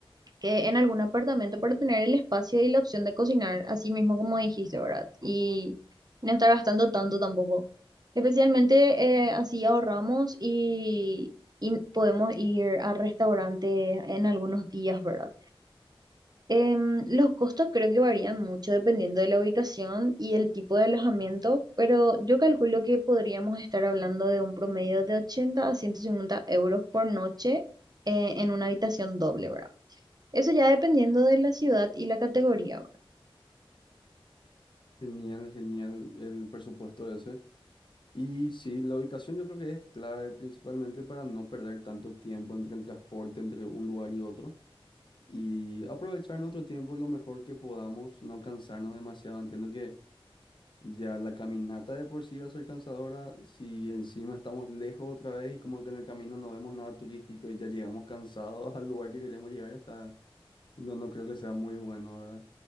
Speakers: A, on the right (about 45°); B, on the left (about 55°).
A: que en algún apartamento para tener el espacio y la opción de cocinar, así mismo como dijiste, ¿verdad? Y no estar gastando tanto tampoco. Especialmente eh, así ahorramos y, y podemos ir a restaurantes en algunos días, ¿verdad? Em, los costos creo que varían mucho dependiendo de la ubicación y el tipo de alojamiento, pero yo calculo que podríamos estar hablando de un promedio de 80 a 150 euros por noche eh, en una habitación doble, ¿verdad? Eso ya dependiendo de la ciudad y la categoría, ¿verdad?
B: Genial, genial el presupuesto ese. Y sí, la ubicación yo creo que es clave principalmente para no perder tanto tiempo entre el transporte, entre un lugar y otro, y aprovechar nuestro tiempo lo mejor que podamos, no cansarnos demasiado. Entiendo que... Ya la caminata de por sí va a ser cansadora si encima estamos lejos otra vez y como que en el camino no vemos nada turístico y ya llegamos cansados <laughs> al lugar que queremos llegar, está, no, no creo que sea muy bueno, ¿verdad?